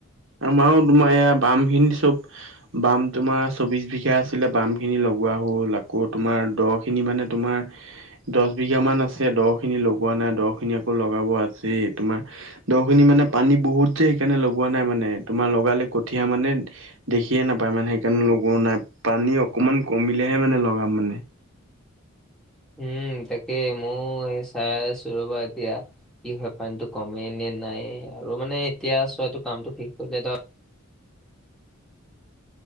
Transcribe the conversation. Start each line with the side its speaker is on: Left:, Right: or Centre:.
Right: আমাৰো তোমাৰ এয়া বামখিনি চব বাম তোমাৰ চৌবিশ বিঘা আছিলে বাম খিনি লগোৱা হ'ল আকৌ তোমাৰ দ খিনি মানে তোমাৰ দহ বিঘা মান আছে দ খিনি লগোৱা নাই দ খিনি আকৌ লগাব আছেই তোমাৰ দ খিনি মানে পানী বহুত যে সেইকাৰণে লগোৱা নাই মানে, তোমাৰ লগালে কঠিয়া মানে দেখিয়ে নাপায় মানে সেইকাৰণে লগোৱা নাই পানী অকণমান কমিলেহে মানে লগাম মানে
Centre: উম তাকে মোও সেই চাই আছো ৰবা এতিয়া কি হয় পানীটো কমে নে নাই আৰু মানে এতিয়া চোৱাটো কামটো শেষ কৰিলে ত